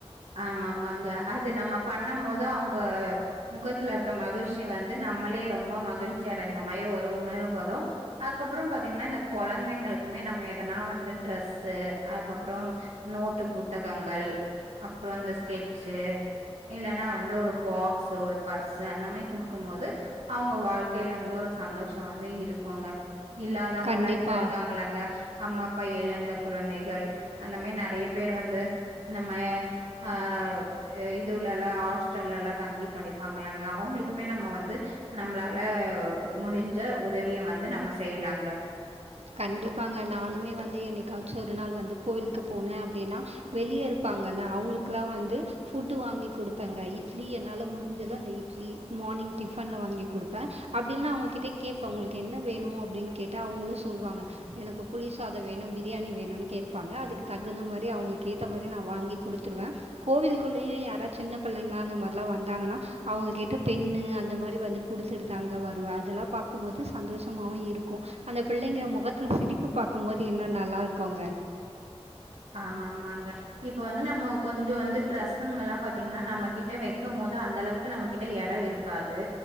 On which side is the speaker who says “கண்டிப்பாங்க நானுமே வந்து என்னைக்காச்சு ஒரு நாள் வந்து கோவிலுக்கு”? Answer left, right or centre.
Right